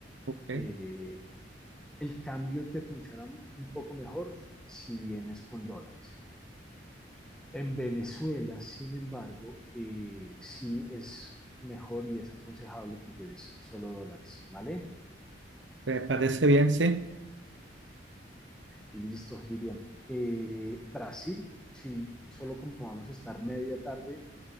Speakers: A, on the right; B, in the centre.
A: Ok,
B: Eh, el cambio te funciona un poco mejor si vienes con dólares. En Venezuela, sin embargo, eh, sí es mejor y es aconsejable que lleves solo dólares, ¿vale?
A: Me parece bien? Sí.
B: Listo, Hiriam. Eh, Brasil, sí, solo como vamos a estar media tarde,